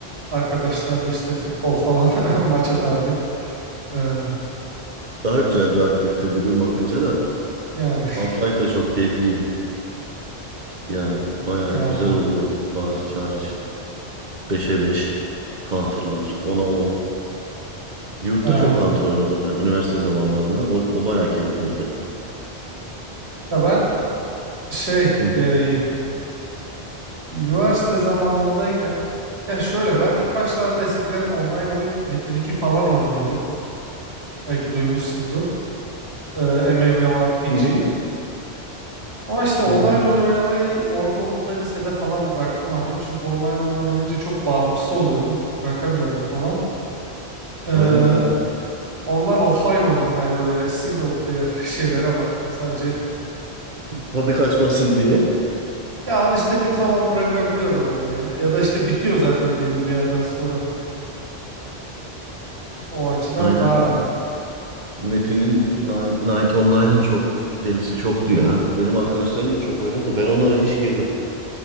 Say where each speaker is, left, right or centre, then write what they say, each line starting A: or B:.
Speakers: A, on the right (about 75°); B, on the right (about 45°).
A: arkadaşlarla işte futbol falan <laughs> maç atardık. Eee,
B: Daha güzel bir aktivite. Bugün bakınca da
A: yani
B: Half-Life da çok keyifliydi. Yani baya
A: <laughs> eee,
B: güzel oluyordu. Bağırış çağırış. beşe 5, Counter'lar. ona 10. Yurtta
A: eee.
B: çok Counter oynadım ben üniversite zamanlarında. O, o bayağı keyifliydi.
A: Ya ben şey
B: Hı hı.
A: eee, üniversite zamanındayken ya şöyle ben ilk başlarda eskiden online oyun Metin 2 falan oynuyordum. Belki duymuşsundur. Eee MMORPG.
B: Hı hı.
A: Ama işte online
B: Hı hı.
A: oyun oynamayı ortaokulda, lisede falan bıraktım hani. Çünkü online oyun oynayınca çok bağımlısı oluyordum. Bırakamıyordum falan. Ee,
B: Aynen aynen.
A: ondan offline oyunlar böyle single player <laughs> şeylere baktım sadece.
B: Tadı kaçmasın diye.
A: Ya onu istediğim zaman bırakabiliyorum hani. Ya da işte bitiyor zaten belli bir yerden sonra. O açıdan
B: Aynen.
A: daha rahat.
B: Metin'in Ni- Night Online'ın çok delisi çoktu ya. Benim arkadaşlarım da çok oynadı da ben onlara hiç girmedim.